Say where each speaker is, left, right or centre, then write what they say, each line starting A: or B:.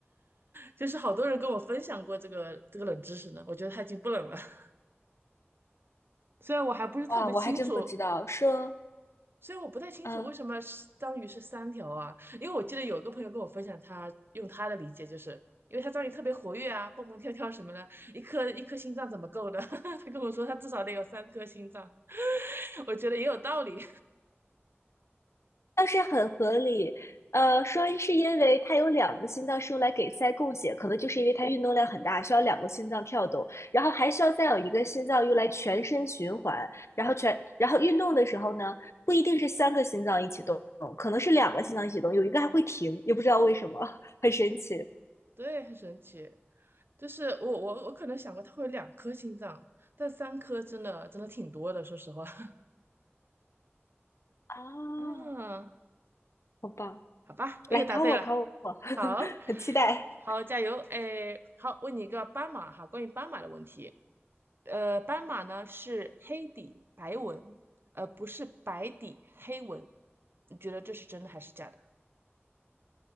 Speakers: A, on the right; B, on the left.
A: 就是好多人跟我分享过这个这个冷知识呢，我觉得它已经不冷了。<laughs> 虽然我还不是特别清楚，
B: 哇，我还真不知道，说。
A: 虽然我不太清楚为什么是章鱼是三条啊，
B: 嗯。
A: 因为我记得有个朋友跟我分享他，用他的理解就是，因为他章鱼特别活跃啊，蹦蹦跳跳什么的，一颗一颗心脏怎么够呢？<laughs> 他跟我说他至少得有三颗心脏，<laughs> 我觉得也有道理，
B: 倒是很合理。呃，说是因为他有两个心脏是用来给鳃供血，可能就是因为他运动量很大，需要两个心脏跳动，然后还需要再有一个心脏用来全身循环。然后全，然后运动的时候呢，不一定是三个心脏一起动，可能是两个心脏一起动，有一个还会停，也不知道为什么，很神奇
A: <laughs> 对，很神奇。就是我我我可能想过它会有两颗心脏，但三颗真的真的挺多的，说实话。<laughs>
B: 啊！
A: 啊，
B: 好棒，
A: 好吧，我又答对了，
B: 来考我考我，
A: 好，
B: <laughs> 很期待。
A: 好，加油，哎，好，问你一个斑马哈，关于斑马的问题，呃，斑马呢是黑底白纹，呃，不是白底黑纹，你觉得这是真的还是假的？